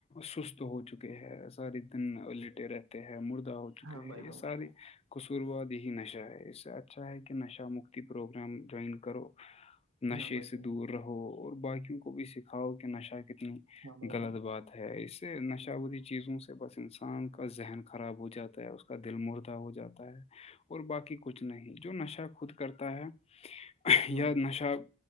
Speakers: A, on the left (about 30°); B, on the right (about 65°).
A: سست ہو چکے ہیں سارے دن لیٹے رہتے ہیں مردہ ہو چکے
B: ہاں
A: ہیں
B: بھائی
A: یہ
B: جان
A: ساری قصورواد ہی نشہ ہے اس سے اچھا کہ کہ نشہ مکتی پروگرام جوائن کرو نشے
B: ہاں بھائی
A: سے
B: جان
A: دور رہو اور باقیوں کو بھی سکھاؤ کہ نشہ کتنی
B: ہاں بھائی
A: غلط
B: جان
A: بات ہے اس اس سے نشہ وی چیزوں سے بس انسان کا ذہن خراب ہو جاتا ہے اس کا دل مردہ ہو جاتا ہے اور بای کچھ نہیں جو نشہ خود کرتا ہے یا
B: ہاں بھائی
A: نشہ
B: جان